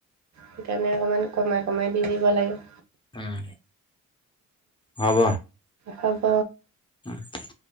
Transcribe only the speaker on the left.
উম হ'ব।
<inaudible>